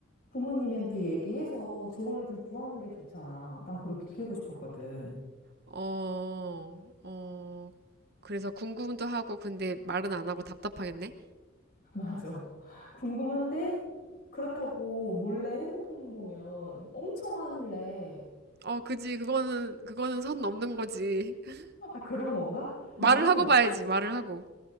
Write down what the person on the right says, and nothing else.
어, 어. 그래서 궁금도 하고 근데 말은 안 하고 답답하겠네.
어, 그지. 그거는 그거는 선 넘는 거지. <laughs>
말을
하고 봐야지. 말을 하고.